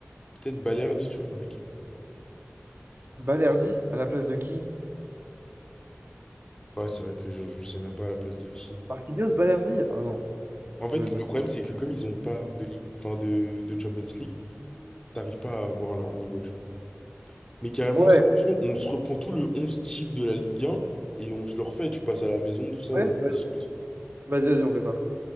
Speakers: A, on the left; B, on the right.
A: peut-être Balerdi, tu vois, dans l'équipe.
B: Balerdi, à la place de qui?
A: Ouais, c'est vrai que je, je sais même pas à la place de qui.
B: Marquinhos, Balerdi? Ah non.
A: En fait,
B: Mais
A: le problème, c'est que comme ils ont pas de ligue, enfin de, de Champions League, t'arrives pas à avoir leur niveau, tu vois. Mais carrément,
B: Ouais,
A: c'est chaud, on se reprend tout le 11 type de la Ligue 1 et on se le refait. Tu passes à la maison, tout ça, on
B: ouais,
A: en
B: vas-y,
A: discute.
B: vas-y, vas-y, on fait ça.